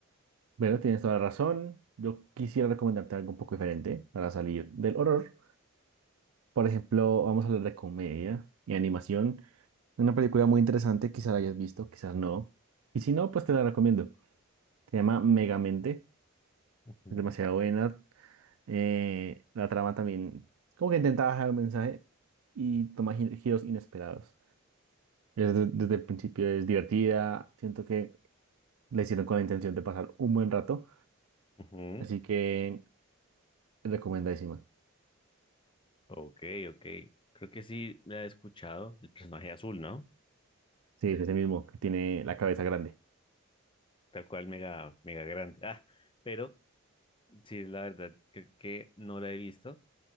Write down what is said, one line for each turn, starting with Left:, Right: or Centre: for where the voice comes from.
Right: Bueno, tienes toda la razón. Yo quisiera recomendarte algo un poco diferente para salir del horror. Por ejemplo, vamos a hablar de comedia y animación. Una película muy interesante, quizás la hayas visto, quizás no. Y si no, pues te la recomiendo. Se llama Megamente,
Left: Ujú,
Right: es demasiado buena. Eh, la trama también, como que intentaba dejar un mensaje y toma gi- giros inesperados. Es de- desde el principio es divertida, siento que la hicieron con la intención de pasar un buen rato,
Left: ujú.
Right: así que recomendadísima.
Left: Ok, ok. Creo que sí la he escuchado, el personaje azul, ¿no?
Right: Sí, es ese mismo, que tiene la cabeza grande.
Left: Tal cual, mega, mega grande. Ah, pero sí, la verdad, creo que no la he visto.